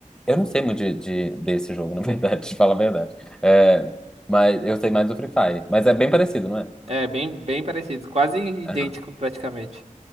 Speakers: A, in the centre; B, on the right.
A: Eu não sei muito de, de- desse jogo, na verdade, <laughs> te falar a verdade. É, mas eu sei mais do Free Fire. Mas é bem parecido, não é?
B: É bem, bem parecido, quase idêntico
A: Aham.
B: praticamente.